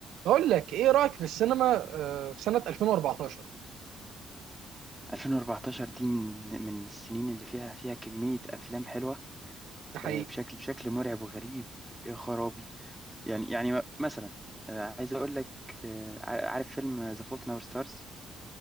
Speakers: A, on the right; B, in the centre.
A: بقول لك ايه رايك في السينما آه، في سنه 2014
B: 2014 دي من من السنين اللي فيها فيها كمية أفلام حلوة
A: ده حقيقي
B: آه، بشكل بشكل مرعب وغريب يا خرابي يعني يعني م- مثلا آه، عايز أقول لك آه، ع- عارف فيلم ذا فولت ناور ستارز